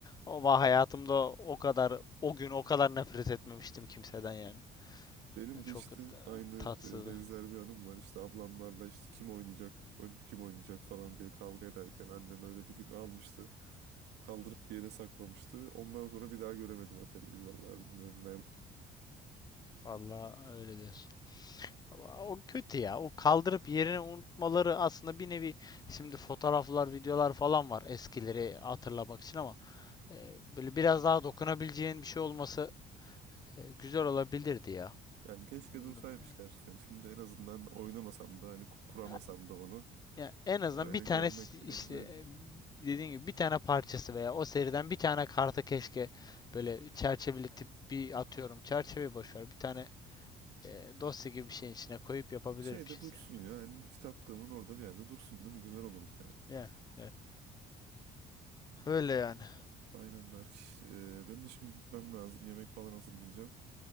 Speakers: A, on the left; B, on the right.
A: Ama hayatımda o kadar o gün o kadar nefret etmemiştim kimseden yani.
B: Benim de
A: Çok
B: işte
A: e,
B: aynı
A: tatsızdı.
B: e, benzer bir anım var. İşte ablamlarla işte kim oynayacak, önce kim oynayacak falan diye kavga ederken annem öyle bir gün almıştı. Kaldırıp bir yere saklamıştı. Ondan sonra bir daha göremedim Atari'yi. Vallahi bilmiyorum nerede.
A: Vallahi öyle diyorsun. Ama o kötü ya. O kaldırıp yerini unutmaları aslında bir nevi şimdi fotoğraflar, videolar falan var eskileri hatırlamak için ama e, böyle biraz daha dokunabileceğin bir şey olması e, güzel olabilirdi ya.
B: Yani keşke
A: Anladım.
B: dursaymış gerçekten. Şimdi en azından oynamasam da hani ku- kuramasam
A: Ya,
B: da onu
A: ya en azından
B: öyle
A: bir tane
B: görmek
A: s-
B: bile
A: işte
B: güzeldi.
A: e, dediğin gibi bir tane parçası veya o seriden bir tane kartı keşke böyle çerçeveletip bir atıyorum. Çerçeve boş ver. Bir tane e, dosya gibi bir şeyin içine koyup yapabilirmişiz
B: Şeyde dursun
A: yani.
B: ya. Yani kitaplığımın orada bir yerde dursun değil mi? Güzel olurdu yani.
A: Ya, evet. Öyle yani.
B: Aynen Berk. Ee, benim de şimdi gitmem lazım. Yemek falan hazırlayacağım.